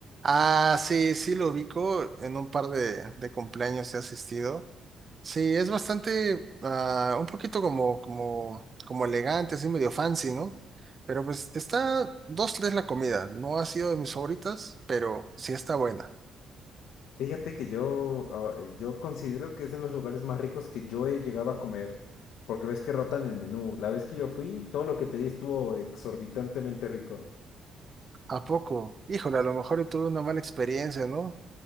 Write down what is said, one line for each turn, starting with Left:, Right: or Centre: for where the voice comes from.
Right: Ah, sí, sí lo ubico, en un par de, de cumpleaños he asistido. Sí, es bastante, ah, un poquito como, como, como elegante, así medio fancy, ¿no? Pero pues está dos, tres la comida, no ha sido de mis favoritas, pero sí está buena.
Left: Fíjate que yo, ah, yo considero que es de los lugares más ricos que yo he llegado a comer, porque ves que rotan el menú. La vez que yo fui, todo lo que pedí estuvo exorbitantemente rico.
Right: ¿A poco? Híjole, a lo mejor yo tuve una mala experiencia, ¿no?